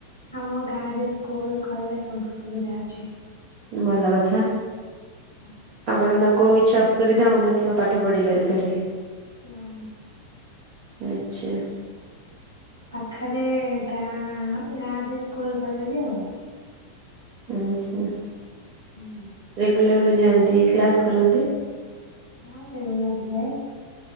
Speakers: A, on the left; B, on the right.
A: ଆମ ଗାଁରେ ସ୍କୁଲ କଲେଜ ସବୁ ସୁବିଧା ଅଛି।
B: ଭଲ କଥା।
A: ହଁ।
B: ଆପଣଙ୍କୁ କିଛି ଅସୁବିଧା ହଉନଥିବ ପାଠ ପଢ଼ିବାରେ ତାହେଲେ
A: ନାଇଁ
B: ଆଚ୍ଛା।
A: ପାଖରେ ଗାଁ ଗାଁରେ ସ୍କୁଲ କଲେଜ ଆଉ
B: ଆଚ୍ଛା।
A: ହୁଁ।
B: କେତେ ବେଳକୁ ଯାଆନ୍ତି, କ୍ଲାସ କରନ୍ତି।
A: ହଁ ରେଗୁଲାର୍ ଯାଏ।